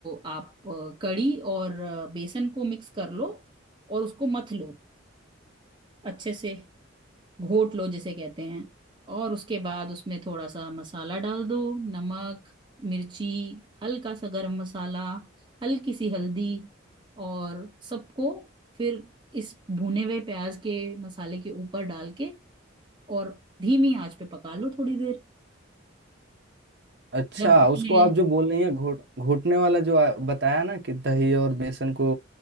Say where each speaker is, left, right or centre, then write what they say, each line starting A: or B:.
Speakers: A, on the right; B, on the right.
A: आप अ, कड़ी और अ, बेसन को मिक्स कर लो और उसको मथ लो अच्छे से घोट लो जिसे कहते हैं और उसके बाद उसमें थोड़ा सा मसाला डाल दो नमक मिर्ची हल्का सा गरम मसाला हल्की सी हल्दी और सबको फिर इस भुने हुए प्याज के मसाले के ऊपर डाल के और धीमी आंच पे पका लो थोड़ी देर
B: अच्छा
A: जब उसमें
B: उसको आप जो बोल रही हैं घोट घोटने वाला जो आ- बताया ना कि दही और बेसन को